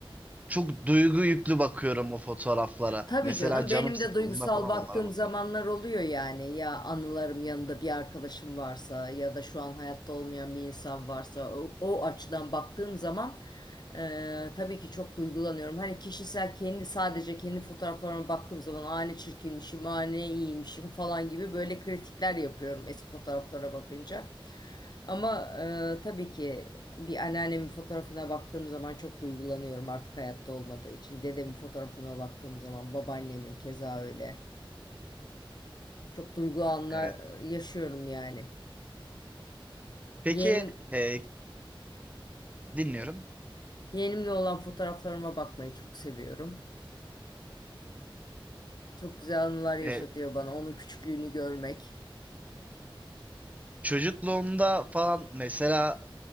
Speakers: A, on the right; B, on the left.
A: çok duygu yüklü bakıyorum o fotoğraflara.
B: Tabii
A: Mesela
B: canım
A: canım
B: benim
A: sıkıldığında
B: de duygusal
A: falan
B: baktığım
A: onlara bakıyorum.
B: zamanlar oluyor yani ya anılarım yanında bir arkadaşım varsa ya da şu an hayatta olmayan bir insan varsa o, o açıdan baktığım zaman e, tabii ki çok duygulanıyorum. Hani kişisel kendi sadece kendi fotoğraflarıma baktığım zaman "Aa, ne çirkinmişim, aa, ne iyiymişim falan gibi böyle kritikler yapıyorum eski fotoğraflara bakınca. Ama e, tabii ki bir anneannemin fotoğrafına baktığım zaman çok duygulanıyorum artık hayatta olmadığı için. Dedemin fotoğrafına baktığım zaman babaannemin keza öyle. Çok duygu anlar
A: Evet.
B: yaşıyorum yani.
A: Peki
B: Yeğenim,
A: e, Dinliyorum.
B: yeğenimle olan fotoğraflarıma bakmayı çok seviyorum. Çok güzel anılar yaşatıyor
A: Ee,
B: bana onun küçüklüğünü görmek.
A: çocukluğumda falan mesela